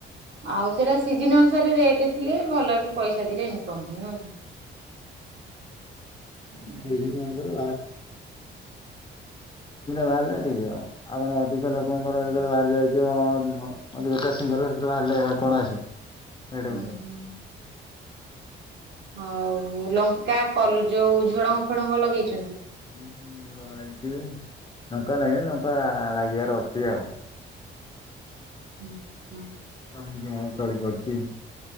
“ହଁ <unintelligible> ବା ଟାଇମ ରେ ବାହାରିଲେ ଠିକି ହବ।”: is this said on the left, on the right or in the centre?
Left